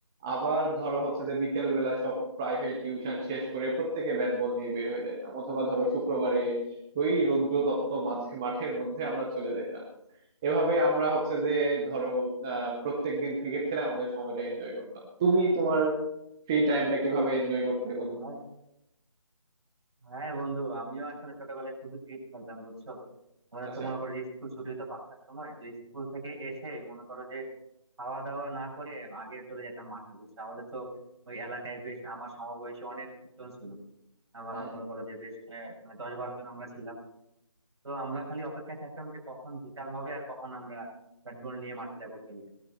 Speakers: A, in the centre; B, on the right.
A: আবার ধরো হচ্ছে যে বিকেল বেলা সব প্রাইভেট টিউশন শেষ করে প্রত্যেকে ব্যাট বল নিয়ে বের হয়ে যাইতাম অথবা ধরো শুক্রবারে ওই রৌদ্রতপ্ত মাঝ- মাঠের মধ্যে আমরা চলে যাইতাম এভাবে আমরা হচ্ছে যে ধরো আহ প্রত্যেক দিন ক্রিকেট খেলে আমাদের সময়টা এনজয় করতাম তুমি তোমার ফ্রি টাইমটা কিভাবে এনজয় করতে বন্ধু
B: হ্যাঁ হ্যাঁ বন্ধু আমিও আসলে ছোটবেলায় খুবই ক্রিকেট খেলতাম বুঝছো আমাদের
A: আচ্ছা
B: তো মনে করো যে স্কুল ছুটি হতো পাঁচটার সময় তো স্কুল থেকে এসে মনে করো যে খাওয়া দাওয়া না করে আগে চলে যেতাম মাঠে বুঝছো আমাদের তো ওই এলাকায় বেশ আমার সমবয়সী অনেকজন ছিল আমার
A: হ্যাঁ
B: মনে করো যে বেশ আহ, মানে দশ বারো জন আমরা ছিলাম তো আমরা
A: হ্যাঁ,
B: খালি অপেক্ষায় থাকতাম যে কখন বিকাল হবে আর কখন আমরা ব্যাট বল নিয়ে মাঠে যাব খেলতে